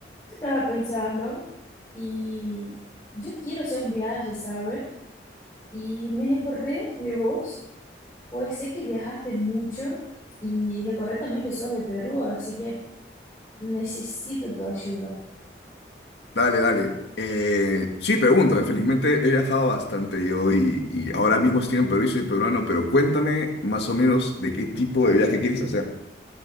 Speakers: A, on the left (about 20°); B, on the left (about 75°).
A: Estaba pensando y yo quiero hacer un viaje, ¿sabes? Y me recordé de vos, pues sé que viajaste mucho y recordé también que sos de Perú, así que necesito tu ayuda.
B: Dale, dale. Eh, sí, pregúntame. Felizmente he viajado bastante yo y, y ahora mismo estoy en Perú y soy peruano, pero cuéntame más o menos de qué tipo de viaje quieres hacer.